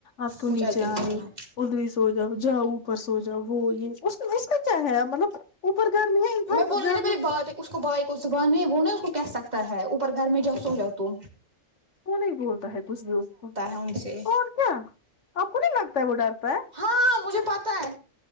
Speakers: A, on the left (about 65°); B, on the right (about 30°).
A: آپ تو
B: مجھے
A: نیچے
B: اکیلے
A: آئے
B: سونا ہے
A: ادھر سو جاؤ جاؤ اوپر س سو جا وہ یہ اس اس کا کیا ہے مطلب اوپر گھر میں ہے
B: بولوں گی
A: گھر
B: نا میری
A: میں
B: بات اس کو بھائی کو زبان نہیں وہ نا اس کو کہہ سکتا ہے اوپر گھر میں جاؤ سو جاؤ تو
A: وہ نہیں بولتا ہے کچھ بھی اس کو
B: ہے ان سے
A: اور کیا آپ کو نہیں لگتا ہے وہ ڈرتا <inaudible>
B: ہاں مجھے پتا ہے